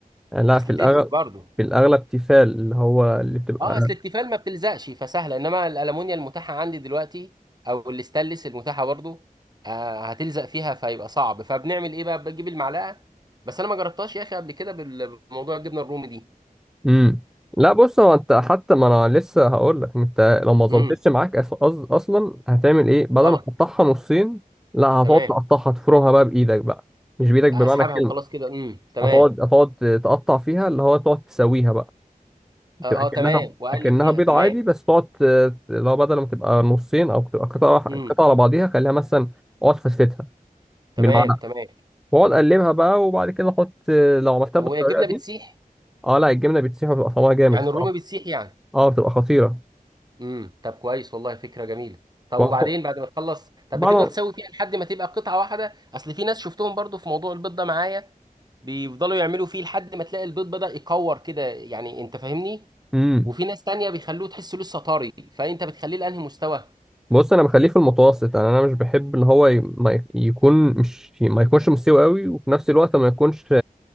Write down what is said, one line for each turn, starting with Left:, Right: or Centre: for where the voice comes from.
Centre: يعني لا
Right: اصل
Centre: في
Right: تفرق
Centre: الاغلب
Right: برضو
Centre: في الاغلب تيفال اللي هو اللي بتبقى
Right: اه اصل التيفال ما بتلزقش فسهله انما الالومنيا المتاحه عندي دلوقتي او الاستانلس المتاحه برضو آه هتلزق فيها فيبقى صعب فبنعمل ايه بقى بجيب المعلقه بس انا ما جربتهاش يا اخي قبل كده بال- بموضوع الجبنه الرومي دي
Centre: امم لا بص هو انت حتى ما انا لسه هقول لك انت لو ما ظبطتش
Right: امم
Centre: معاك أص... أص- اصلا هتعمل ايه بدل
Right: اه
Centre: ما تقطعها نصين لا هتقعد
Right: تمام
Centre: تقطعها تفرمها بقى بايدك بقى مش بايدك
Right: اسحبها
Centre: بمعنى الكلمه
Right: وخلاص كده امم تمام
Centre: هتقعد هتقعد تقطع فيها اللي هو تقعد تسويها بقى
Right: اه,
Centre: تبقى كأنها
Right: اه تمام واقلب
Centre: كأنها
Right: فيها
Centre: بيض
Right: تمام
Centre: عادي بس تقعد ت- اللي هو بدل ما تبقى نصين او تبقى قطعة واحدة-
Right: امم
Centre: قطعة على بعضيها خليها مثلا اقعد فسفتها
Right: تمام
Centre: بالمعلقة
Right: تمام
Centre: واقعد اقلبها بقى وبعد كده احط لو عملتها
Right: طب
Centre: بالطريقة
Right: وهي الجبنه
Centre: دي
Right: بتسيح
Centre: اه لا الجبنة بتسيح وبتبقى طعمها جامد
Right: يعني
Centre: الصراحة
Right: الرومي بتسيح يعني
Centre: اه بتبقى خطيرة
Right: امم طب كويس والله فكره جميله طب
Centre: وهتحط-
Right: وبعدين بعد ما تخلص طب
Centre: بعد
Right: بتفضل
Centre: ما
Right: تسوي فيها لحد ما تبقى قطعه واحده اصل في ناس شفتهم برضو في موضوع البيض ده معايا بيفضلوا يعملوا فيه لحد ما تلاقي البيض بدأ يكور كده يعني انت فاهمني
Centre: امم
Right: وفي ناس تانية بيخلوه تحسه لسه طري فانت بتخليه لانهي مستوى
Centre: بص انا بخليه في المتوسط يعني انا مش بحب اللي هو ي- ما ي- يكون مش ما يكونش مستوي قوي وفي نفس الوقت ما يكونش